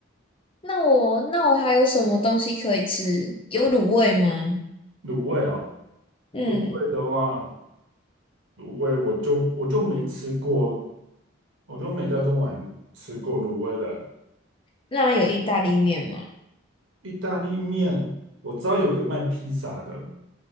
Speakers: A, on the left; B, on the right.
A: 那我那我还有什么东西可以吃？有卤味吗？
B: 卤味哦，
A: 嗯，
B: 卤味的话，卤味我就我就没吃过，我就没在中环吃过卤味的
A: 那有意大利面吗？
B: 意大利面，我知道有个卖披萨的，